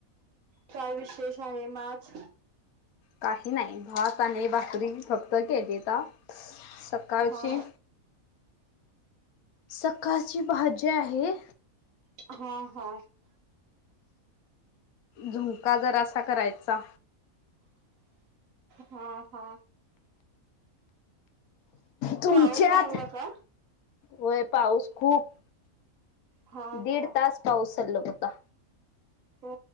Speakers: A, on the right; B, on the left.
A: काय विशेष आहे म आज?
B: काही नाही भात आणि भाकरी फक्त केली आता सकाळची
A: हा
B: सकाळची भाजी आहे
A: हा हा
B: झुणका जरासा करायचा
A: हा हा
B: तुमच्यात,
A: पाऊस लागला का
B: व्हय पाऊस खूप
A: हा
B: दीड
A: हा
B: तास पाऊस चाल्ल होता
A: हो